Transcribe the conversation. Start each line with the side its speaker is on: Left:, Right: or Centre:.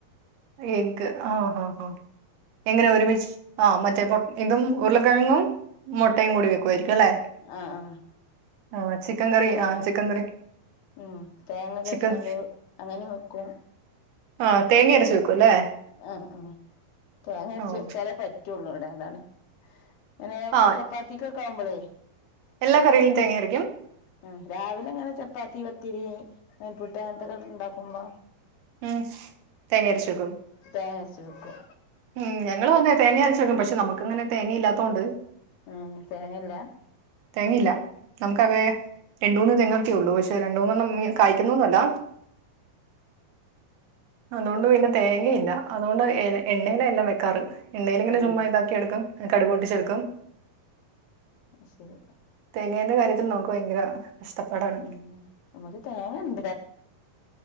Right: എഗ് ആഹ് ആഹ് ആഹ് എങ്ങനെ ഒരുമിച്ച് ആ മറ്റേ പൊ ഇതും ഉരുളക്കിഴങ്ങും മുട്ടയും കൂടി വെക്കുവായിരിക്കും അല്ലേ
Left: ആഹ് ആഹ്
Right: ആഹ് ചിക്കൻ കറി
Left: തേ
Right: ആഹ് ചിക്കൻ കറി
Left: ഉം തേങ്ങ അരച്ച്ങ്ങാണ്ട്
Right: ചിക്കൻ
Left: അങ്ങനെ വെക്കും
Right: ആഹ് തേങ്ങ അരച്ച് വെക്കും അല്ലേ
Left: ആ ആ തേങ്ങയരച്ച്
Right: ആഹ്
Left: വെച്ചാലെ പറ്റൊള്ളൂ ഇവിടെ അതാണ്. ഇങ്ങനെ
Right: ആഹ്
Left: ചപ്പാത്തിക്കൊക്കെയാവുമ്പളെ.
Right: എല്ലാ കറിയിലും തേങ്ങയരക്കും.
Left: ഉം രാവിലെയങ്ങനെ ചപ്പാത്തി പത്തിരി നൂൽപുട്ട് അങ്ങനൊത്തൊക്കെ ഇണ്ടാക്കുമ്പോ
Right: ഉം തേങ്ങയരച്ചുവെക്കും.
Left: തേങ്ങയരച്ചുവെക്കും.
Right: ഉം ഞങ്ങള് വന്നേ തേങ്ങയരച്ചുവെക്കും പക്ഷെ നമുക്കങ്ങനെ തേങ്ങയില്ലാത്തൊണ്ട്.
Left: ഉം തേങ്ങയില്ല
Right: തേങ്ങയില്ല നമുക്കതെ രണ്ടുമൂന്ന് തെങ്ങൊക്കൊള്ളൂ പക്ഷെ രണ്ടുന്നെണ്ണം കായ്ക്കുന്നൊന്നുവല്ല. അതുകൊണ്ടുപിന്നെ തേങ്ങയില്ല അതുകൊണ്ട് എന്നെ എണ്ണേല എല്ലാം വെക്കാറ് എണ്ണേലിങ്ങനെ
Left: ഏഹ്
Right: ചുമ്മാ ഇതാ ക്കിയെടുക്കും കടുകുപൊട്ടിച്ചെടുക്കും.
Left: അത്ശെരി
Right: തേങ്ങേന്റെ കാര്യത്തിൽ നമ്മുക്കുഭയങ്കര കഷ്ടപ്പാടാണ്.
Left: ഉം നമുക്ക് തേങ്ങയൊണ്ട്ലേ